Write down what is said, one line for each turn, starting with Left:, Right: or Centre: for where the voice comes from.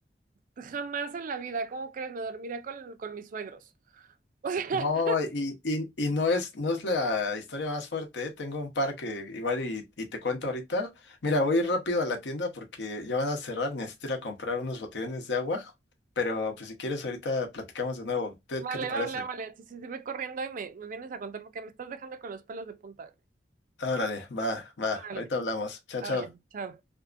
Right: jamás en la vida, ¿cómo crees? Me dormiría con, con mis suegros. O sea, <laughs>
Left: No, y, y, y no es, no es la historia más fuerte, ¿eh? Tengo un par que igual y, y te cuento ahorita. Mira, voy a ir rápido a la tienda porque ya van a cerrar, necesito ir a comprar unos botellones de agua, pero pues si quieres ahorita platicamos de nuevo. ¿Te-
Right: vale,
Left: ¿Qué te parece?
Right: vale, vale. Si, si, si voy corriendo y me, me vienes a contar porque me estás dejando con los pelos de punta. güey.
Left: Órale, va, va,
Right: Órale,
Left: ahorita hablamos. Chao,
Right: órale,
Left: chao.
Right: chao.